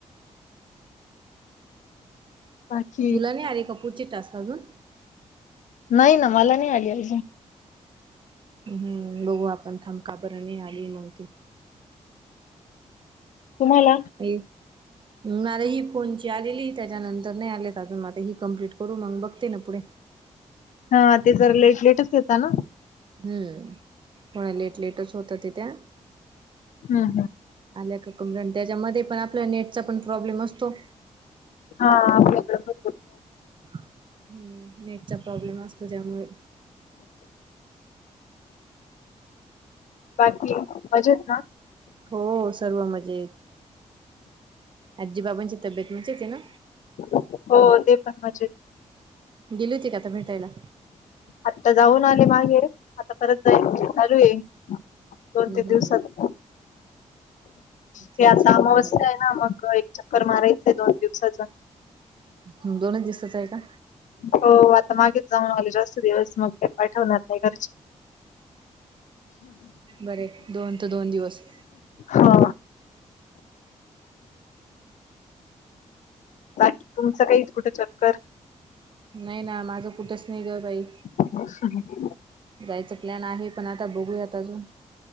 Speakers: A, on the left (about 80°); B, on the right (about 40°).
A: बाकी
B: तुला नाही आले का पुढचे टास्क अजून?
A: नाही ना. मला नाही आले अजून.
B: हम्म. बघू आपण थांब का बर नाही आले मग ते.
A: तुम्हाला?
B: <unintelligible> मला ही फोनची आलेली- त्याच्यानंतर नाही आलेत अजून. म आता ही कम्प्लीट करू मग बघते ना पुढे.
A: हा. ते जरा लेट लेटच येता ना?
B: हम्म. थोड लेट लेटच होतात ए ते.
A: हम् हम.
B: आल्या का <unintelligible> त्याच्यामध्ये पण आपल्या नेटचा पण प्रॉब्लेम असतो.
A: हा. आपल्याकडं-
B: हम्म. नेटचा प्रॉब्लेम असतो त्यामुळे.
A: बाकी मजेत ना?
B: हो. सर्व मजेत. आज्जी बाबांची तब्येत मस्तच ए ना?
A: हो. ते पण मजेत.
B: गेली होती का तू भेटायला?
A: आत्ता जाऊन आले मागे. आता- परत जायच चालू आहे. दोन
B: हम्म
A: तीन दिवसात.
B: हम्म अच्छा
A: ते आत्ता
B: अच्छा
A: अमावस्या
B: बरोबर
A: आहे ना मग- चक्कर मारायचीय दोन दिवसात.
B: हम. दोनच दिवसाचं आहे का?
A: हो. आता मागेच जाऊन आले. जास्त दिवस मग का पाठवणार नाही घरचे.
B: बरय. दोन त दोन दिवस.
A: हा. बाकी तुमचं काही कुठं चक्कर?
B: नाही ना. माझं कुठंच नाही ग बाई.
A: <unintelligible>
B: जायचा प्लॅन आहे. पण आता बघूयात अजून.